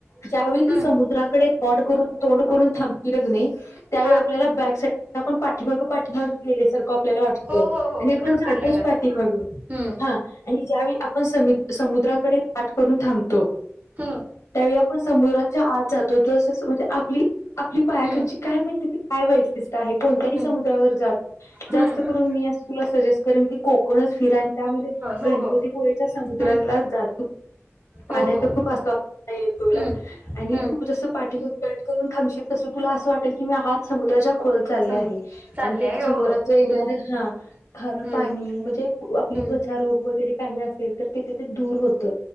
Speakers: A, on the left; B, on the right.
A: ज्यावेळी तू
B: हम्म
A: समुद्राकडे तोड करून तोंड कर थांबतील कणी त्यावेळी
B: हा
A: आपल्याला बॅक साईटन आपण पाठीमाग पाठीमाग गेल्यासारखं आपल्याला वाटतं
B: हो हो हो
A: आणि आपण
B: ढकल
A: जातोच
B: लागत
A: पाठीमाग.
B: हम्म
A: हा आणि ज्यावेळी आपण समु समुद्राकडे पाठ करून थांबतो
B: हम्म
A: त्यावेळी आपण समुद्राच्या आत जातो तस तस म्हणजे आपली आपली पायाखालची
B: हम्म
A: काय माहीती ती काय <unintelligible> जात आहे. कोणत्याही
B: हम्म
A: समुद्रावर जा
B: हम्म
A: जास्त करून मी आस तुला सजेस्ट करेन की कोकणचं फिर आणि त्या मध्ये
B: हो
A: गणपतीपुळेच्या
B: हो
A: समुद्राला
B: हम्म
A: जा तू पाण्याचा
B: हो हो
A: खूप असतो <inaudible> येईल
B: हम्म
A: तुला आणि
B: हम्म
A: तू जस पाठीमागे पाठ करून थांबशील तस तुला असं वाट टेल कि मी हात समुद्राच्या खोल चाले
B: समज
A: आहे
B: चालले
A: आणि ते
B: हो
A: समुद्राचे
B: हो हम्म
A: येणार हा खारं
B: हम्म
A: पाणी म्हणजे पू आपली
B: हम्म
A: त्वचारोग वगैरे काही असेल तर ते तिथे दूर होत.